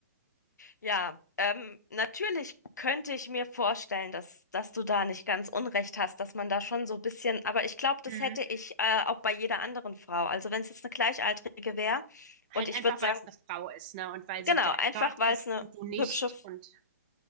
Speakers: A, on the left; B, on the right.
A: Ja, ähm, natürlich könnte ich mir vorstellen, dass, dass du da nicht ganz unrecht hast, dass man da schon so ein bisschen, aber ich glaube, das
B: Mhm.
A: hätte ich äh, auch bei jeder anderen Frau. Also wenn es jetzt eine Gleichaltrige wäre
B: Halt
A: und ich
B: einfach,
A: würde sagen,
B: weil es eine Frau ist, ne? Und weil sie
A: genau,
B: do-
A: einfach
B: dort
A: weil
B: ist
A: es eine
B: und du nicht.
A: hübsche, F-
B: Und